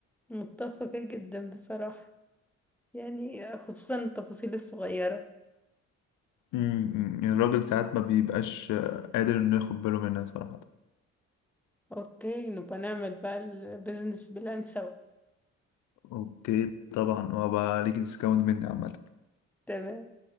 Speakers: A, in the centre; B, on the left (about 80°).
A: متفقة جدا بصراحة يعني خصوصا التفاصيل الصغيرة
B: امم يعني الراجل ساعات ما بيبقاش آه، قادر انه ياخد باله منها صراحة
A: اوكي نبقى نعمل بقى البيزنس بلان سوا
B: اوكي طبعا وبقى ليك ديسكاونت مني عامة
A: تمام